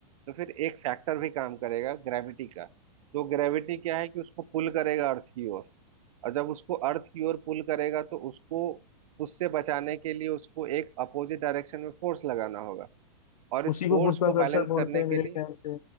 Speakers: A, on the right; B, on the left.
A: तो फिर एक फैक्टर भी काम करेगा ग्रेविटी का तो ग्रेविटी क्या है कि उसको पुल करेगा अर्थ की ओर और जब उसको अर्थ की ओर पुल करेगा तो उसको उससे बचाने के लिए उसको एक अपोजिट डायरेक्शन में फोर्स लगाना होगा और इस
B: उसी को
A: फोर्स
B: गुरुत्वाकर्षण
A: को बैलेंस
B: बोलते
A: करने
B: हैं
A: के
B: मेरे
A: लिए
B: ख्याल से